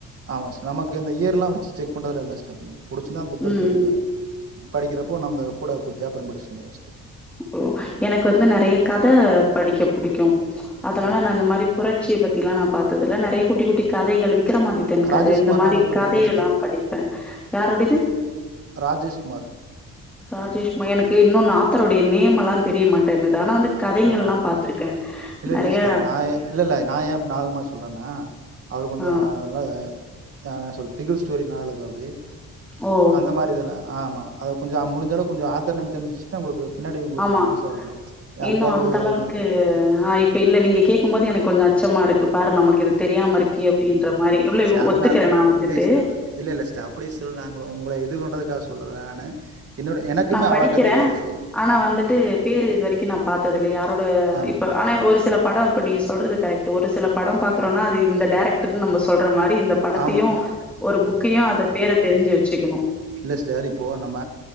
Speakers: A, on the right (about 50°); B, in the centre.
A: ஆமா சிஸ் நமக்கு இந்த இயர் எல்லா வச்சு செக் பண்றதுல இல்ல சிஸ்டர் புடிச்சிருந்தா அந்த புக்
B: ம்.
A: எடுத்து படிப்பே படிக்கிறப்போ நம்ம கூட போய் பேப்பரு படிச்சிட்டு வந்துருவே சிஸ்டர்
B: ஓ எனக்கு வந்து நெறைய கத படிக்க புடிக்கு அதனால
A: ஓ ஓ
B: நா அந்த மாரி புரட்சிய பத்தி எல்லா நா பாத்ததுல்ல நெறைய குட்டி குட்டி கதைகள் விக் க்கிரமாதித்தன்
A: ராஜேஷ்குமார்
B: கத இந்த மாரி
A: நாவல் படிப்பீங்களா
B: கதையெல்லா
A: சிஸ்டர்
B: படிப்பே யாரோடையது
A: ராஜேஷ் குமார்
B: ராஜேஷ்குமா எனக்கு இன்னு நா ஆத்தருடைய நேம்ல்லா தெரியமாட்டேனுது ஆனா வந்து கதைகங்க
A: ஓகே
B: எல்லா
A: ஓகே
B: பாத்திருக்கே
A: இல்ல
B: நெறைய
A: இல்ல சிஸ்டர் நா ஏ இல்ல இல்ல நா ஏ நாகரிகமா சொல்றேன்னா அவர் கொஞ்சோ
B: ஆ
A: நல்லா அ என்ன சொல்றது திகிள் ஸ்டோரி நல்லா எழுதுவப்புடி
B: ஓ! ஓ!
A: அந்த மாரி இதெல்லா ஆமா அத கொஞ்சோ முடிஞ்சளவு கொஞ்ச ஆத்தர் நேம் தெரிஞ்சச்சுட்டு உங்களுக்கு பின்னாடி உங்களுக்கு
B: ஆமா.
A: யூஸ் ஸ இருக்கு யாருக்காவது
B: இன்னும் அந்த
A: நீ
B: <unintelligible> ஆ இப்ப இல்ல நீங்க கேக்கு மோது எனக்கு கொஞ்ச அச்சமா இருக்கு பாரு நமக்கு இது தெரியாம இருக்கி அப்டின்ற மாரி இ
A: சரி அதனால
B: ஒத்துக்கிறே நா வந்துட்டு
A: இல்ல இல்ல இல்ல சிஸ்டர் அப்டி சிஸ்டர் நாங்க உங்கள இது பண்றதுக்காக சொல்லல நானு <unintelligible> எனக்குமே
B: நான்
A: அவ்ளக்க
B: படிக்கிறேன்.
A: தெரியாது சிஸ்ட
B: ஆனா வந்துட்டு பேரு இது வரைக்கு நா பாத்தது இல்ல யாரோட இப்ப
A: ஆமாமா.
B: ஆனா ஒரு சில படோ இப்ப நீங்க சொல்றது கரெக்ட் ஒரு சில படோ பாக்குறோனா அது இந்த டேரக்டர் நம்ம சொல்ற மாரி இந்த படத்தையு
A: ஆமா. அ
B: ஒரு புக்கையு அத பேர தெரிஞ்சு வச்சுக்கணு
A: இல்லை சிஸ்டர் இப்போ நம்ம